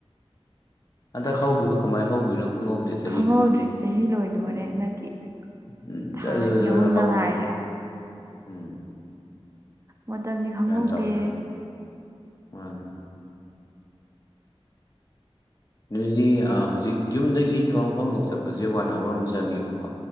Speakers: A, on the left; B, on the right.
A: ꯍꯟꯗꯛ ꯍꯧꯒꯤꯕꯨ ꯀꯃꯥꯏꯟ ꯍꯧꯒꯤꯕꯅꯣ ꯈꯪꯍꯧꯗꯦ ꯆꯍꯤꯁꯦ
B: ꯈꯪꯍꯧꯗ꯭ꯔꯤ ꯆꯍꯤ ꯂꯣꯏꯗꯣꯔꯦ
A: ꯎꯝ
B: ꯍꯟꯗꯛꯀꯤ
A: ꯎꯝ
B: ꯊꯥ
A: ꯖꯔ
B: ꯑꯅꯤ
A: ꯖꯔ ꯖꯔ
B: ꯑꯍꯨꯝꯗ
A: ꯍꯧꯒꯤꯕ
B: ꯉꯥꯏꯔꯦ ꯍꯥꯏꯕ
A: ꯎꯝ
B: ꯃꯇꯝꯗꯤ ꯈꯪꯍꯧꯗꯦ
A: ꯒ꯭ꯌꯥꯟ ꯇꯥꯍꯧꯗꯦ ꯃꯥꯅꯦ ꯑꯗꯨꯗꯤ ꯑꯥ ꯍꯧꯖꯤꯛ ꯌꯨꯝꯗꯒꯤ ꯊꯕꯛꯃꯐꯝ ꯕꯨꯛ ꯆꯠ ꯕꯖꯦ ꯋꯥꯟ ꯑꯋꯥꯔꯃꯨꯛ ꯆꯪꯉꯦꯕꯀꯣ